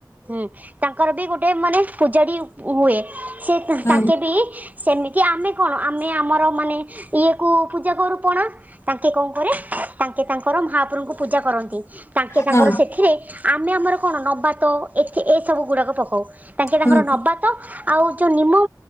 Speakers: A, on the right (about 20°); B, on the left (about 40°).
A: ହୁଁ, ତାଙ୍କର ବି ଗୋଟେ ମାନେ ପୂଜାଡ଼ୀ ହୁଏ, ସେ
B: ହଁ।
A: ତାଙ୍କେ ବି ଏମିତି ଆମେ କଣ? ଆମେ ଆମର ମାନେ ଇ ଏ କୁ ପୂଜା କରୁ ପଣା! ତାଙ୍କେ କଣ କରେ, ତାଙ୍କେ ତାଙ୍କର ମହାପ୍ରଭଙ୍କୁ ପୂଜା କରନ୍ତି। ତାଙ୍କେ ତାଙ୍କର
B: ହଁ
A: ସେଥିରେ, ଆମେ ଆମର କଣ ନବାର୍ତ, ଏ-ଏସବୁ ଗୁଡ଼ାକ ପକଉ। ତାଙ୍କେ ତାଙ୍କର
B: ହଁ
A: ନବାର୍ତ, ଆଉ ଯୋଉ ନିମ,